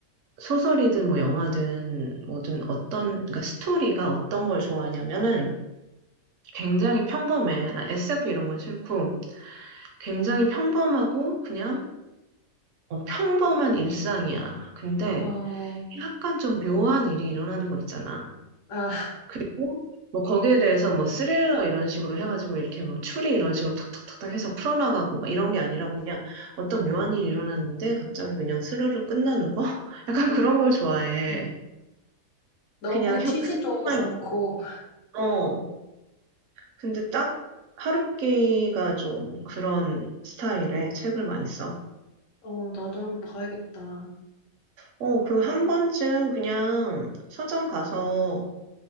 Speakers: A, on the right (about 70°); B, on the left (about 70°).
A: 소설이든 뭐 영화든 뭐든 어떤 그러니까 스토리가 어떤 걸 좋아하냐면은 굉장히 평범해. 나 SF 이런 건 싫고 굉장히 평범하고 그냥 어, 평범한 일상이야. 근데
B: 어,
A: 약간 좀 묘한 일이 일어나는 거 있잖아.
B: 아,
A: 그리고 뭐 거기에 대해서 뭐 스릴러 이런 식으로 해가지고 이렇게 막 추리 이런 식으로 탁탁탁탁 해서 풀어나가고 막 이런 게 아니라 그냥 어떤 묘한 일이 일어났는데 갑자기 그냥 스르르 끝나는 거? <laughs> 약간
B: 음,
A: 그런 걸 좋아해.
B: 너무
A: 그냥 흥-
B: 튀지도
A: 흥미만
B: 않고,
A: 있어. 근데 딱 하루키가 좀 그런 스타일의 책을 많이 써.
B: 어, 나도 한번 봐야겠다.
A: 어, 그 한 번쯤 그냥 서점 가서